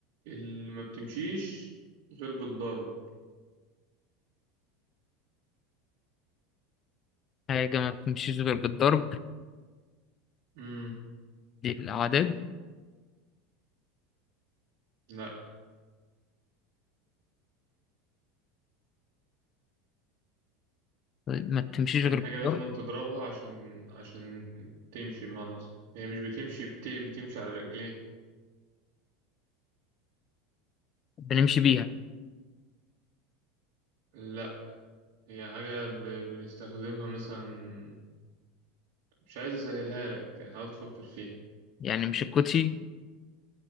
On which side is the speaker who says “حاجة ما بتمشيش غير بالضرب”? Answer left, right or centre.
Left